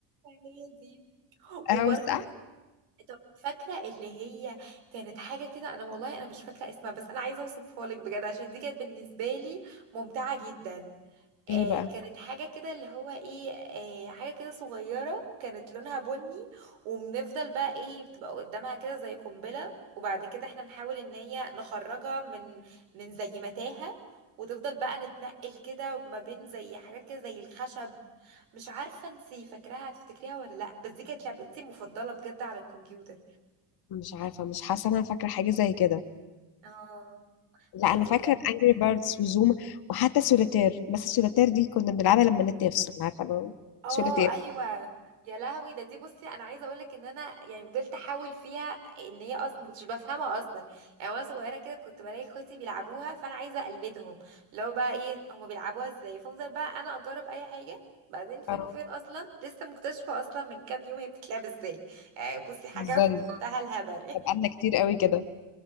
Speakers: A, on the right; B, on the left.
A: هي دي وبرضو
B: اه صح؟
A: طب فاكره اللي هي كانت حاجه كده انا والله انا مش فاكره اسمها بس انا عايزه اوصفها لك بجد عشان دي كانت بالنسبه لي ممتعه جدا آه
B: ايه بقى؟
A: كانت حاجة كده اللي هو ايه آه حاجة كده صغيرة كانت لونها بني وبنفضل بقى ايه بتبقى قدامها كده زي قنبلة وبعد كده احنا نحاول ان هي نخرجها من من زي متاهة وتفضل بقى نتنقل كده ما بين زي حاجات كده زي الخشب مش عارفة انتي فاكراها هتفتكريها ولا لا بس دي كانت لعبتي المفضلة بجد على الكمبيوتر
B: مش عارفة مش حاسة إن أنا فاكرة حاجة زي كده
A: <laughs> اه
B: لا
A: لا
B: أنا
A: دي
B: فاكرة
A: كانت
B: أنجري بيردز وزوما وحتى سوليتير بس السوليتير دي كنا بنلعبها لما النت يفصل عارفة أنا
A: اه
B: سوليتير
A: <laughs> ايوه يا لهوي ده دي بصي انا عايزه اقول لك ان انا يعني فضلت احاول فيها ان هي اصلا ما كنتش بفهمها اصلا يعني وانا صغيره كده كنت بلاقي اخواتي بيلعبوها فانا عايزه اقلدهم لو بقى ايه هما بيلعبوها ازاي فافضل بقى انا اجرب اي حاجه بعدين فين
B: اه
A: وفين اصلا لسه مكتشفه اصلا من كام يوم هي بتتلعب ازاي يعني بصي حاجه
B: بتهزري
A: في منتهى الهبل <laughs> يعني
B: ده بقالنا كتير قوي كده